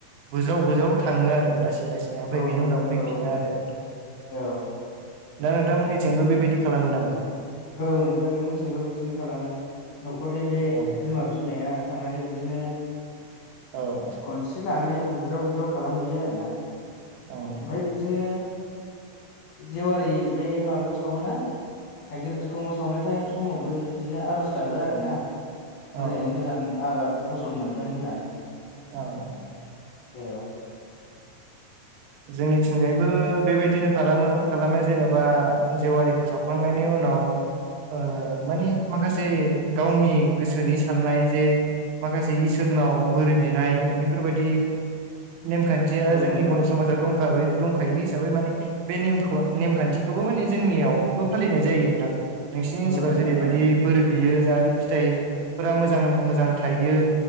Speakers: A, on the right (about 75°); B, on the left (about 65°).
A: बुज्राव बुज्राव थाङो आरो लासै लासै ओमफ्राय
B: औ
A: बिनि
B: नोंथां
A: उनाव फैफिनो
B: औ
A: आरो
B: औ
A: दा नोंथांमोननिथिंबो बेबायदि खालामो नामा
B: औ नोंथां जोंथिंबो बिदिनो खालामो न'खरनि बे
A: औ
B: बिमा बिमाया थांनानै बिदिनो
A: औ
B: गनस्रि लानानै बुज्राव बुज्राव खालामहैयो आरो ना
A: औ
B: ओमफ्राय बिदिनो जेवारि बे माबायाव सावोना थाइगिर बिखङाव सावनाय समावबो बिदिनो आर'ज गाबो आरो ना
A: औ
B: मोजाङै मोजां आबाद फसल मोनथों होननानै
A: औ
B: औ
A: जोंनिथिंजायबो बेबायदिनो खालामो खालामनाय जेनेबा जेवारिखौ सावखांनायनि उनाव ओ माने माखासे गावनि गोसोनि साननाय जे माखासे इसोरनाव बोर बिनाय बेफोरबायदि नेमखान्थिया
B: औ
A: जोंनि
B: नोंथां
A: बर' समाजाव दंखायो हिसाबै माने बे नेमखौ नेमखान्थिखौबो माने जोंनियावबो फालिनाय जायो नोंथां नोंसिनि ओनसोलाव
B: औ नोंथां
A: जेरैबायदि
B: औ
A: बोर बियो जाहाथे फिथाइफोरा मोजां मोजां थाइयो